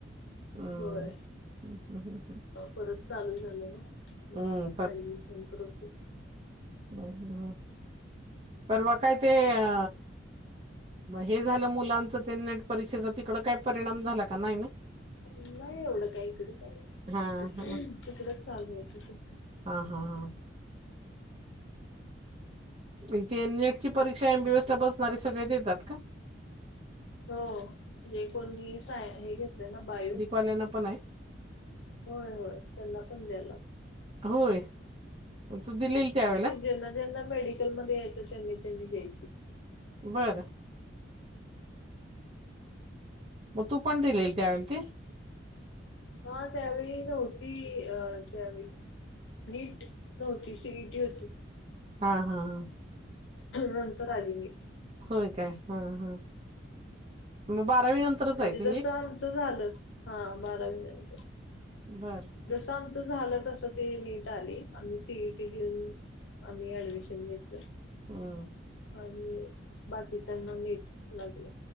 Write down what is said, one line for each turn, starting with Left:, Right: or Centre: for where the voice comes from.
Right: हम्म
Left: होय
Right: हम्म हम्म,
Left: परत चालू झालं ना
Right: हम्म,
Left: ऍडमिशन प्रोट
Right: ह परवा काय ते अ हे झालं मुलांचं ते नेट परीक्षेचा तिकड काही परिणाम झाला का नाही ना
Left: नाही एवढं काय इकड, काय
Right: हा हा
Left: तिकडच चालू होत. ते
Right: हा हा हां इथे नेट ची परीक्षा एमबीएस ला बसणारे सगळे देतात का
Left: हो. जे कोणी साय हे घेतय ना बायू
Right: पले ना पण आहे.
Left: होय होय त्यांना पण द्यायला
Right: होय त दिलेल त्यावेेळेला
Left: जलला ज मेडिकल मध्ये याय त्यांनी त्यांनी दय
Right: बरं. मग तू पण दिलेल त्यावेल ते
Left: हा त्यावेळी नव्हती. अ त्यावेळी नीट नव्हती सिडी होती
Right: हा हा हा
Left: नंतर, आली म
Right: होय. काय हा हा मग बारावी नंतरच
Left: म्हणजे
Right: आहे ते
Left: जस
Right: नीट
Left: आमचं झालं हा बारावी नंतर
Right: बर
Left: जसं आमचं झालं. तस ती नीट आली आम्ही सीईटी घेऊन आम्ही ऍडमिशन घेतलं.
Right: हम्म
Left: आणि बाकी त्यांना नीट लागलं